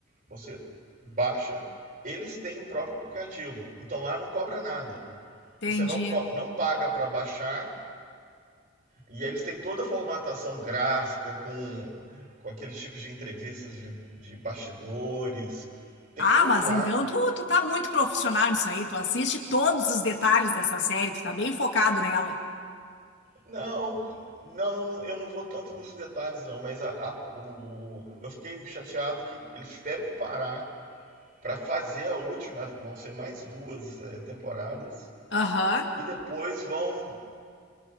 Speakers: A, on the right; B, on the left.
A: você baixa, eles têm o próprio aplicativo. Então lá não cobra nada.
B: Entendi.
A: Você não, co- não paga para baixar e aí eles têm toda a formatação gráfica com, com aqueles tipos de entrevistas de, de bastidores. Tem
B: Ah,
A: tudo
B: mas
A: lá.
B: então tu, tu tá muito profissional nisso aí. Tu assiste todos os detalhes dessa série. Tu tá bem focado nela.
A: Não, não, não, eu não vou tanto nos detalhes não, mas a- a- o, eu fiquei chateado que eles tiveram que parar para fazer a última, vão ser mais duas é, temporadas.
B: Aham.
A: E depois vão.